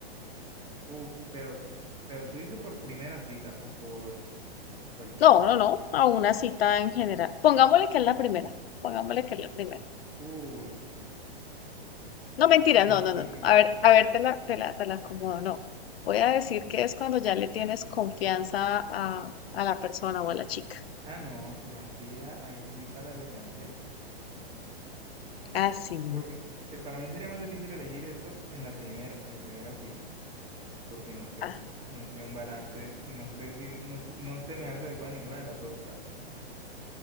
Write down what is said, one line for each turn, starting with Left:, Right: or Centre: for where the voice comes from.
Right: Uf, pero, eh, pero tú dices por primera cita o por cualquiera.
Left: No, no, no, a una cita en general. Pongámosle que es la primera, pongámosle que es la primera.
Right: Uy,
Left: No, mentira,
Right: que complique.
Left: no, no, no. A ver, a ver, te la, te la, te la acomodo. No. Voy a decir que es cuando ya le tienes confianza a, a la persona o a la chica.
Right: Ah, no, si es así, a- ahí sí para elegante.
Left: Ah, sí.
Right: Porque mm, se- para mí sería más difícil elegir eso en la primera, en la primera cita. Porque no sé,
Left: Ah,
Right: no sé un balance, no sé si, no sé- no se me hace adecuada ninguna de las dos, ¿sabes?